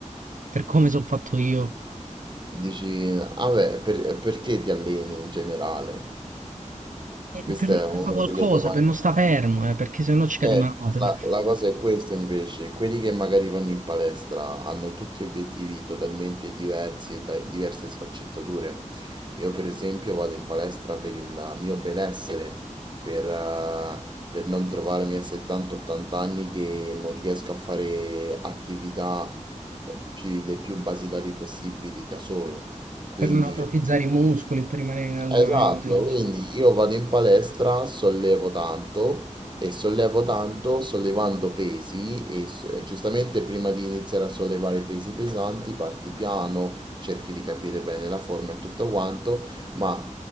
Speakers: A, on the right (about 80°); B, on the right (about 35°).
A: per come sono fatto io.
B: Dici, ah beh, per- perché ti alleni in generale?
A: Eh,
B: Questa
A: per,
B: è
A: per
B: una
A: fare qualcosa,
B: delle domande.
A: per non sta fermo, eh, perché sennò ci
B: Eh,
A: cadi male, cioè,
B: la, la cosa è questa invece, quelli che magari vanno in palestra hanno tutti obiettivi totalmente diversi e da- diverse sfaccettature. Io per esempio vado in palestra per il mio benessere, per, eh, per non trovarmi a 70-80 anni che non riesco a fare attività eh, più- le più basilari possibili da solo. Quindi
A: per non atrofizzare i muscoli, per rimanere in allenamento.
B: Esatto,
A: dici.
B: quindi io vado in palestra, sollevo tanto e sollevo tanto sollevando pesi e, s- e giustamente prima di iniziare a sollevare pesi pesanti parti piano, cerchi di capire bene la forma e tutto quanto, ma